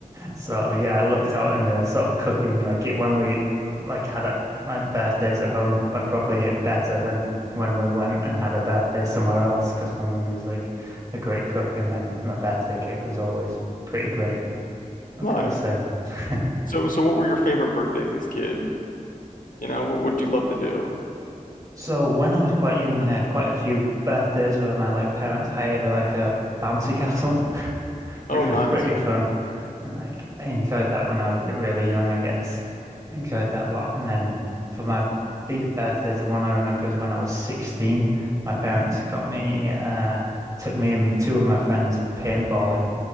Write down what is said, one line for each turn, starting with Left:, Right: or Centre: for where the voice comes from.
Right: So yeah, I looked out in the sort of cooking, like it when we like had a, like birthdays at home, I probably hit better than when we went and had a birthday somewhere else because my mum was like a great cook, and then my birthday cake was always pretty great. I've
Left: Nice.
Right: got to say. <laughs>
Left: So, so what were your favorite birthdays as kid? You know, what, what did you love to do?
Right: So when I was quite young, I had quite a few birthdays where my like parents hired a, like a bouncy castle, <laughs> which
Left: Oh, nice.
Right: was pretty fun. And like I enjoyed that when I was like really young, I guess. I enjoyed that a lot. And then for my big birthdays, the one I remember is when I was 16. My parents got me, uh, took me and two of my friends paintballing,